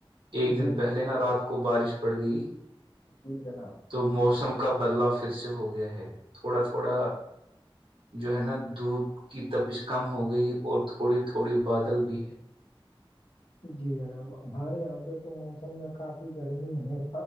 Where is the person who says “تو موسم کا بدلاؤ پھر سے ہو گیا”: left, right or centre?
Right